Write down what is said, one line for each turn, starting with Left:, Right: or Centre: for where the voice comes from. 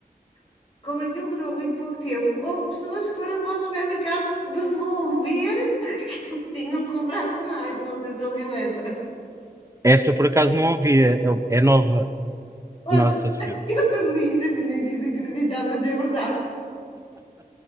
Left: <laughs> como aquilo durou muito pouco tempo, houve pessoas que foram para o supermercado devolver o que tinham comprado a mais. Não sei se ouviu essa.
Right: Essa por acaso não havia, é, é nova,
Left: Ouça,
Right: Nossa Senhora.
Left: eu quando li isso eu nem quis acreditar, mas é verdade.